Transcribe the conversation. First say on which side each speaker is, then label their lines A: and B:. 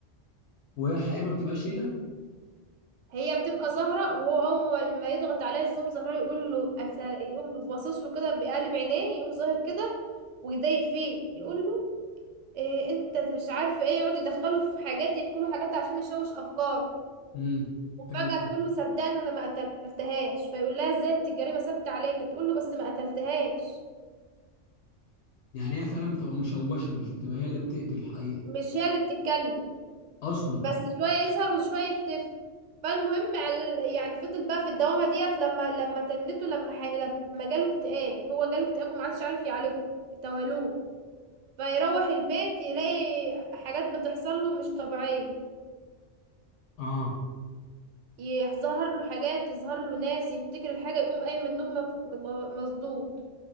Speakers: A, on the left; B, on the right.
A: وهي الحقيقه ما بتبقاش هي
B: هي بتبقى زهرة وهو اول ما يضغط عليها يقوم زهرة يقول له أت... يقوم باصص له كده بقلب عينيه يقوم ظاهر كده ويضايق فيه يقول له إيه انت مش عارفة ايه يقعد يدخله في حاجات يحكي له حاجات عشان يشوش افكاره
A: امم
B: وفجأة
A: حلو
B: تقول له صدقني انا ما قتلتهاش فيقول لها ازاي انت الجريمة ثابتة عليك تقول له بس ما قتلتهاش
A: يعني هي فعلا بتبقى مشوشه مش بتبقى هي اللي بتقتل الحقيقه
B: مش هي اللي بتتكلم
A: اصلا
B: بس شوية يظهر وشوية يختفي فالمهم عل- يعني فضل بقى في الدوامة ديت لما لما تنته لما ح... لما جاله اكتئاب هو جاله اكتئاب وما عادش عارف يعالجهم توالوه فيروح البيت يلاقي حاجات بتحصل له مش طبيعية
A: اه
B: يظهر له حاجات يظهر له ناس يفتكر الحاجة يقوم قايم من النوم مف... م- مصدوم